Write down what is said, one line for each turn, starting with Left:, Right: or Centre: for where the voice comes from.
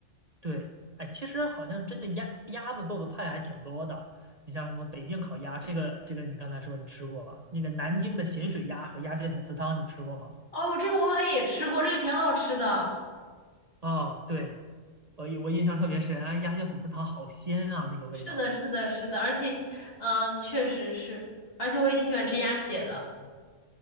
Right: 对，哎，其实好像真的鸭鸭子做的菜还挺多的，你像什么北京烤鸭，这个这个你刚才说你吃过吧？那个南京的咸水鸭和鸭血粉丝汤你吃过吗？
Left: 哦，这个我好像也吃过，这个挺好吃的。
Right: 啊，对，我印我印象特别深，哎，鸭血粉丝汤好鲜啊，那个味道
Left: 是的，是的，是的，而且，嗯、确实是，而且我也挺喜欢吃鸭血的。